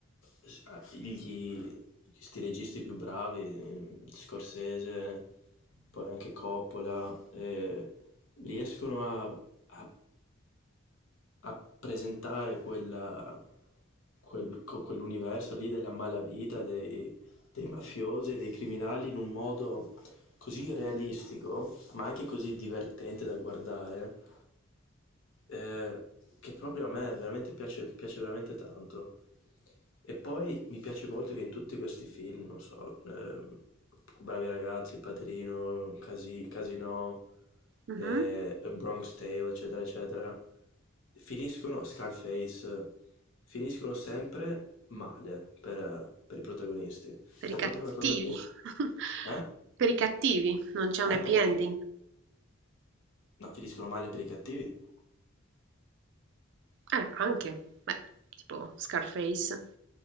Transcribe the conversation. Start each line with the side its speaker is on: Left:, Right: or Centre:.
Left: s- ah, gli, sti registi più bravi, ehm, Scorsese, poi anche Coppola, eh, riescono a, a- a presentare quella, quel- co- quell'universo lì della malavita, dei, dei mafiosi e dei criminali in un modo così realistico, ma anche così divertente da guardare eh, che proprio a me veramente piace, piace veramente tanto. E poi mi piace molto che in tutti questi film, non so, ehm, Bravi ragazzi, Padrino, Casi- Casino,
Right: mhm,
Left: eh, A Bronx Tale, eccetera, eccetera, finiscono, Scarface, finiscono sempre male per, per i protagonisti.
Right: Per
Left: È
Right: i cattivi,
Left: proprio una cosa che...
Right: <laughs>
Left: Eh?
Right: per i cattivi, non c'è un happy
Left: Eh, per,
Right: ending.
Left: per- no, finiscono male per i cattivi.
Right: Eh, anche, beh, tipo Scarface.